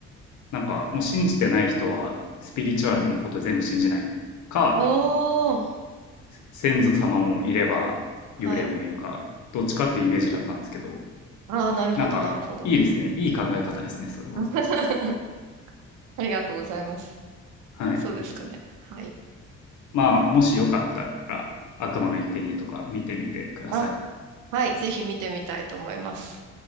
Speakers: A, on the left; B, on the right.
A: なんかもう信じてない人はスピリチュアルなこと全部信じないか
B: おー。
A: 先祖様もいれば幽霊もいるかどっちかっていうイメージだったんですけど
B: はい。ああ、なるほど、
A: なんかいいですねいい考え方ですねそれは
B: なるほど。<laughs> ありがとうございます。
A: はい
B: そうですかね。はい。
A: まあもしよかったら悪魔の生贄とか見てみてください
B: うんあ、はい。ぜひ見てみたいと思います。